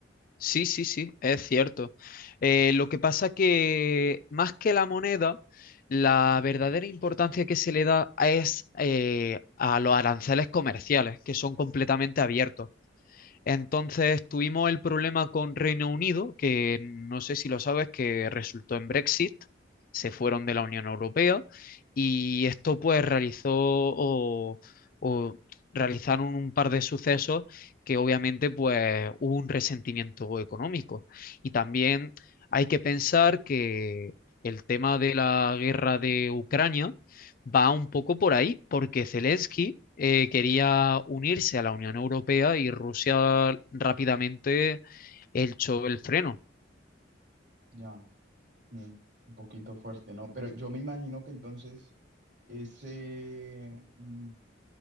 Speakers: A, on the left; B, on the right.
A: Sí, sí, sí, es cierto. Eh, lo que pasa que más que la moneda, la verdadera importancia que se le da es eh, a los aranceles comerciales, que son completamente abiertos. Entonces tuvimos el problema con Reino Unido, que no sé si lo sabes, que resultó en Brexit, se fueron de la Unión Europea y esto pues realizó o, o realizaron un par de sucesos que obviamente pues hubo un resentimiento económico. Y también hay que pensar que el tema de la guerra de Ucrania va un poco por ahí, porque Zelensky eh, quería unirse a la Unión Europea y Rusia rápidamente echó el freno.
B: Ya, mm, un poquito fuerte, ¿no? Pero yo me imagino que entonces ese, mm,